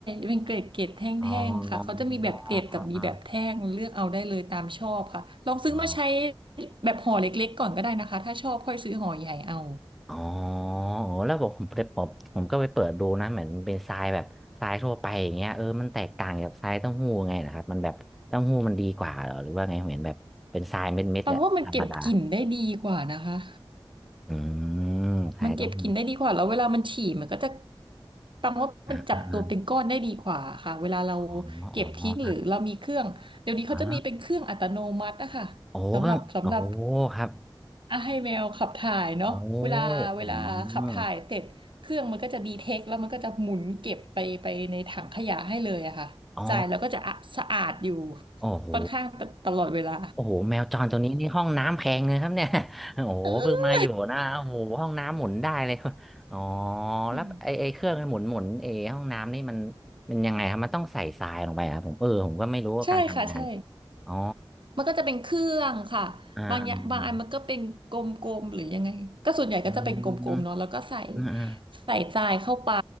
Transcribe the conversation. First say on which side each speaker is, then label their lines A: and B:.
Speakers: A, on the right; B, in the centre.
A: เป็นเกรดเกรดแท่งๆค่ะเขาจะมีแบบเกรดกับมีแบบแท่งเลือกเอาได้เลยตามชอบค่ะลองซื้อมาใช้
B: ๆอ๋ออ๋ออ๋อ
A: แบบห่อเล็กๆก่อนก็ได้นะคะถ้าชอบค่อยซื้อห่อใหญ่เอา
B: อ๋ออ๋อโอ้แล้วบอกผมไปผมผมก็ไปเปิดดูนะเหมือนมันเป็นทรายแบบทรายทั่วไปอย่างเงี้ยเออมันแตกต่างจากทรายเต้าหู้ไงนะครับมันแบบเต้าหู้มันดีกว่าเหรอหรือว่าไงผมเห็นแบบเป็นทรายเม็ดๆแหละธรรมดา
A: ปังว่ามันเก็บกลิ่นได้ดีกว่านะคะ
B: อืมทรายเต้าหู้
A: มันเก็บกลิ่นได้ดีกว่าแล้วเวลามันฉี่มันก็จะปังว่ามันจับตัวเป็นก้อนได้ดีกว่าค่ะเวลาเรา
B: อ่าๆอ๋ออ๋อครับ
A: เก็บทิ้งหรือเรามีเครื่องเดี๋ยวนี้เขาจะมีเป็นเครื่องอัตโนมัติอะค่ะสำหรับสำหรับ
B: อ๋อโอ้ก็โอ้ครับ
A: อ่ะให้แมวขับถ่ายเนาะเวลาเวลาขับถ่ายเสร็จเครื่องมันก็จะดีเทคแล้วมันก็จะหมุนเก็บไปไปในถังขยะให้เลยอะค่ะจ่ายแล้วก็จะอะสะอาดอยู่
B: โอ้อืมอ๋อโอ้โห
A: ค่อนข้างตตลอดเวลา
B: โอ้โหแมวจรตัวนี้นี่ห้องน้ำแพงเลยครับเนี่ย <laughs> โอ้โหเพิ่งมาอยู่นะโอ้โหห้องน้ำหมุนได้เลย
A: <laughs> เออ
B: <laughs> อ๋อ
A: อืม
B: แล้วไอไอเครื่องหมุนหมุนเอห้องน้ำนี่มันมันยังไงครับมันต้องใส่ทรายลงไปครับผมเออผมก็ไม่รู้ว่าการทำงาน
A: ใช่ค่ะใช่
B: อ๋อ
A: มันก็จะเป็นเครื่องค่ะบางอย่างบางอันมันก็เป็นกลมๆหรือยังไงก็ส่วนใหญ่ก็จะเป็นกลมๆเนาะแล้วก็ใส่
B: อ่าอืมอืมอืมอืม
A: ใส่ทรายเข้าไป